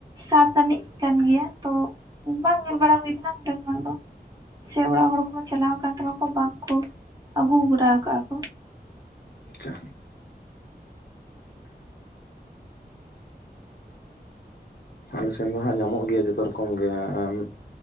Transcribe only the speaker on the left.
ᱟᱪᱪᱷᱟ᱾ ᱟᱞᱮ ᱥᱮᱱ ᱫᱚ ᱦᱟᱸᱜ ᱧᱟᱢᱚᱜ ᱜᱮᱭᱟ ᱡᱚᱛᱚ ᱨᱚᱠᱚᱢ ᱜᱮ ᱮᱢ